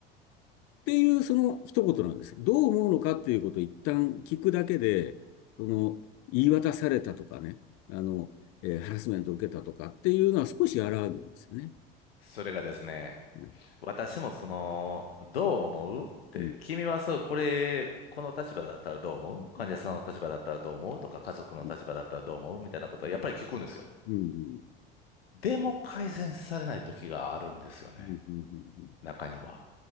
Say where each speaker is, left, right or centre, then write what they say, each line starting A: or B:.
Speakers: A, on the left; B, on the left.
A: っていう、その一言なんですよ。どう思うのかっていうことを一旦聞くだけで、その、言い渡されたとかね、あの、えーハラスメントを受けたとかっていうのは少し和らぐんですよね。
B: それがですね、
A: ね
B: 私もその、どう思うって、
A: うん。
B: 君はそう、これ、この立場だったらどう思う患者さんの立場だったらどう思うとか、
A: うん。
B: 家族の立場だったらどう思うみたいなことはやっぱり聞くんですよ。
A: うん。うん。うん。
B: でも改善されない時があるんですよね。
A: うん。う
B: 中には。
A: ん。